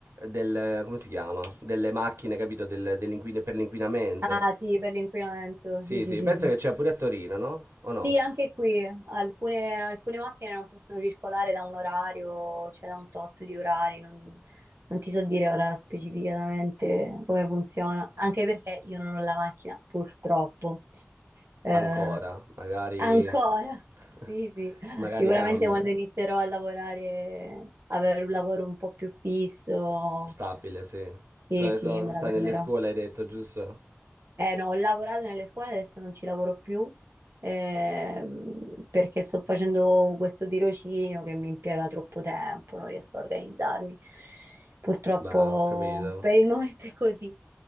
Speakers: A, on the right; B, on the right.
A: del- come si chiama? Delle macchine, capito? Del- dell'inquin- per l'inquinamento.
B: Ah, sì, per l'inquinamento,
A: Sì,
B: sì, sì,
A: sì,
B: sì,
A: penso
B: sì.
A: che c'è pure a Torino, no? O no?
B: Sì, anche qui alcune, alcune macchine non possono circolare da un orario, cioè da un tot di orari, non, non ti so dire ora specificatamente come funziona, anche perché io non ho la macchina, purtroppo. Eh,
A: Ancora, magari,
B: ancora, <laughs>
A: <laughs>
B: sì, sì,
A: magari
B: sicuramente
A: cambia.
B: quando inizierò a lavorare, avere un lavoro un po' più fisso,
A: Stabile, sì.
B: sì,
A: Tu hai
B: sì,
A: detto,
B: me
A: stai
B: la prenderò.
A: nelle scuole, hai detto, giusto?
B: Eh no, ho lavorato nelle scuole, adesso non ci lavoro più ehm, perché sto facendo questo tirocinio che mi impiega troppo tempo, non riesco a organizzarmi. Purtroppo
A: Ma ho capito.
B: per il <laughs> momento è così.